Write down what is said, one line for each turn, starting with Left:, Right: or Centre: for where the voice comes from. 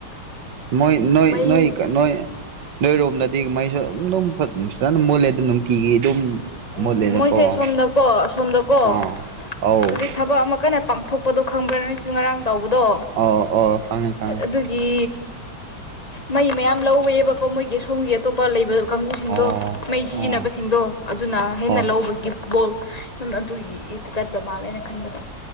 Right: ꯃꯣꯏ ꯅꯣꯏ
Left: ꯃꯌꯨꯝ
Right: ꯅꯣꯏ ꯅꯣꯏ ꯅꯣꯏꯔꯣꯝꯅꯗꯤ ꯃꯣꯏꯁꯨ ꯁ ꯑꯗꯨꯝ ꯐꯖꯅ ꯃꯣꯜꯂꯦ ꯑꯗꯨꯣ ꯅꯨꯡꯇꯤꯒꯤ ꯑꯗꯨꯝ ꯃꯨꯠꯂꯦꯗꯀꯣ
Left: ꯎꯝ ꯃꯣꯏꯁꯦ ꯁꯣꯝꯗꯀꯣ ꯑꯁꯣꯝꯗꯀꯣ
Right: ꯑꯥ ꯑꯧ
Left: ꯍꯧꯖꯤꯛ ꯊꯕꯛ ꯑꯃ ꯀꯟꯅ ꯄꯥꯡꯊꯣꯛꯄꯗꯣ ꯈꯪꯕ꯭ꯔꯥ ꯅꯣꯏꯁꯨ ꯉꯔꯥꯡ ꯇꯧꯕꯗꯣ
Right: ꯑꯧ ꯑꯣ ꯈꯪꯉꯦ ꯈꯪꯉꯦ
Left: ꯑꯗꯨꯒꯤ ꯃꯩ ꯃꯌꯥꯝ ꯂꯧꯋꯦꯕꯀꯣ ꯃꯣꯏꯒꯤ ꯁꯣꯝꯒꯤ ꯑꯇꯣꯞꯄ ꯂꯩꯕ ꯀꯥꯡꯕꯨꯨꯁꯤꯡꯗꯣ
Right: ꯑꯣ
Left: ꯃꯩ
Right: ꯑꯣ
Left: ꯁꯤꯖꯤꯟꯅꯕꯁꯤꯡꯗꯣ ꯑꯗꯨꯅ ꯍꯦꯟꯅ
Right: ꯑꯣ
Left: ꯂꯧꯕꯒꯤ ꯐꯠꯕꯣꯜ ꯁꯨꯝ ꯑꯗꯨꯒꯤ ꯏꯛꯇ ꯆꯠꯄ꯭ꯔ ꯃꯥꯜꯂꯦꯅ ꯈꯟꯕꯗꯣ